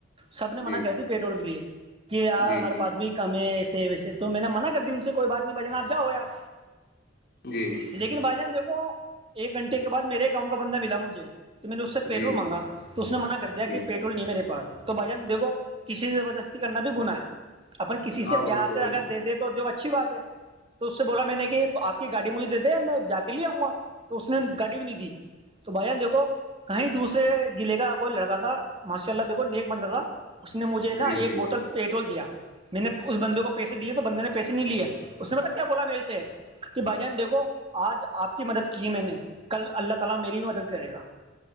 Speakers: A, on the right; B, on the left.
A: سب نے
B: جی
A: منع کر دی پیٹول کے لیے کہ یار
B: جی
A: ہمارے
B: جی
A: پاس بھی کم ہے ایسے ویسے تو میں نے منع کر دی ان سے کوئی بات نہیں بجن آپ جاؤ یار
B: جی
A: لیکن بھائی جان دیکھو ایک گھنٹے کے بعد میرے ہی گاؤں کا بندہ ملا مجھے تو میں نے اس سے پیٹرول
B: جی
A: مانگا تو اس نے مع کر دیا
B: جی
A: کہ پیٹرول نہیں ہے میرے پاس تو بھائی جان دیکھو کسی سے زبردستی کرنا بھی گنا ہے اپن کسی
B: ہاں
A: سے پیار
B: وہ تو
A: سے
B: ہے ہی
A: اگر دے دیں تو جو اچھی بات ہے تو اس سے بولا میں نے کہ آپ کی گاڑی مجھے دے دیا میں با کے لے آؤں گا تو اس نے گاڑی بھی نہیں دی تو بھائی جان دیکو کہیں دوسرے گلے کا کوئی لڑکا تھا ماشاء اللہ دیکھو نیکسٹ بندہ تھا اس نے مجھے نا
B: جی
A: ایک
B: جی
A: بوتل پیٹرول دیا میں نے اس بندے کو پیسے دیے تو بندے نے پیسے نہیں لیے اس نے بتا کیا بولا میرے سے کہ بھائی جان دیکھو آج آپ کی مدد کی ہے میں نے کل اللہ تعالی میری بھی مدد کرے گا